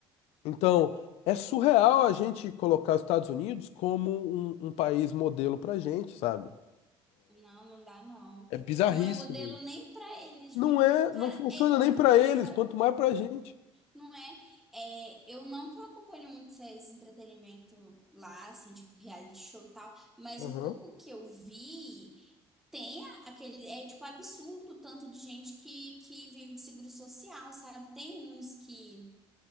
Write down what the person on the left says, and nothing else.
Então, é surreal a gente colocar os Estados Unidos como um, um país modelo pra gente, sabe?
É bizarríssimo.
Não
é,
não funciona
nem
pra
eles,
quanto mais pra gente.
Uhum.